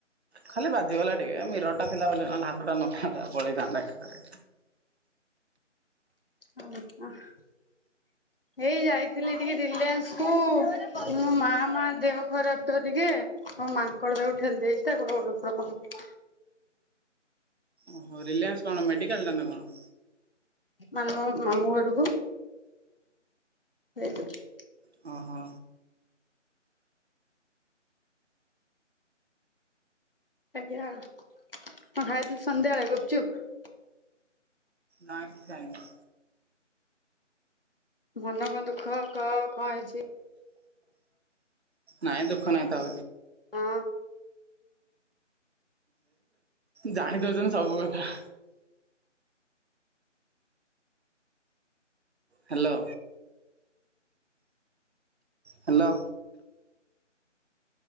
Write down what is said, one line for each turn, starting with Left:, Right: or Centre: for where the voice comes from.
Right: ଖାଲି ବାଜିଗଲା ଟିକେ ମିରଟଟା ଥିଲା ବୋଲି ନ ହାତ ଟା ନଥାନ୍ତା ପଳେଇଥାନ୍ତା
Left: ଆହା। ଏଇ ଯାଇଥିଲି ଟିକେ ରିଲାନ୍ସ କୁ ମୋ ମା ମା ଦେହ ଖରାପ ତ ଟିକିଏ ହଁ ମାଙ୍କଡ ତାକୁ ଠେଲି ଦେଇଛି ତା ଗୋଡ ଫୋଡ଼ ଟିକେ
Right: ଓହୋ ରିଲାଏନ୍ସ କଣ ମେଡିକାଲ ଟା ନା କଣ?
Left: ମାନ ମାମୁଁ ଘରକୁ ଏ ଟୋକୀ
Right: ହଁ ହୋ
Left: ଆଜ୍ଞା କଣ ଖାଇଥିଲୁ ସନ୍ଧ୍ୟ ବେଳେ ଗୁପୁଚୁପୁ?
Right: ନା କିଛି ଖାଇନି।
Left: ମନ କଣ ଦୁଃଖ ଖ କଣ ହେଇଛି?
Right: ନାଇଁ ଦୁଃଖ ନାହିଁ ତା
Left: ହଁ?
Right: ଜାଣି ଦଉଛନ୍ତି ସବୁ କଥା। Hello hello